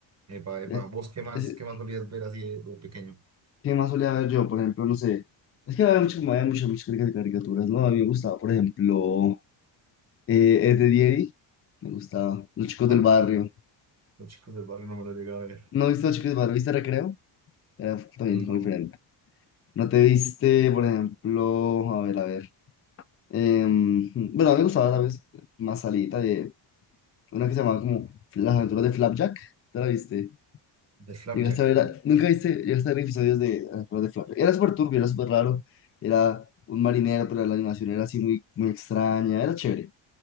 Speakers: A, on the right; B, on the left.
A: Epa, epa,
B: Ya-
A: ¿vos qué más,
B: ese-
A: qué más solías ver así de, de pequeño?
B: ¿Qué más solía ver yo? Por ejemplo, no sé. Es que había mucho, había muchas, muchas carica- caricaturas, ¿no? A mí me gustaba, por ejemplo, eh, Ed, Edd y Eddy. Me gustaba. Los chicos
A: ¿Cuál?
B: del barrio.
A: Los chicos del barrio no me lo llegué a ver.
B: ¿No viste Los Chicos del Barrio? ¿Viste Recreo? Era también
A: No,
B: muy diferente. ¿No te viste, por ejemplo, a ver, a ver? em, bueno, a mí me gustaba tal vez más salida de una que se llamaba como Las Aventuras de Flapjack. ¿Te la viste?
A: de Flapjack.
B: Llegaste a ver, la- nunca viste, llegaste a ver episodios de Las Aventuras de Flapjack. Era súper turbio, era súper raro. Era un marinero, pero la animación era así muy, muy extraña. Era chévere.